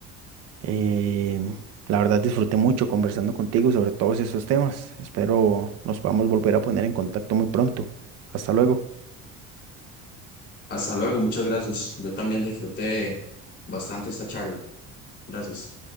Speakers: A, on the right; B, on the left.
A: Eh, la verdad disfruté mucho conversando contigo sobre todos esos temas. Espero nos podamos volver a poner en contacto muy pronto. Hasta luego.
B: Hasta luego, muchas gracias. Yo también disfruté bastante esta charla. Gracias.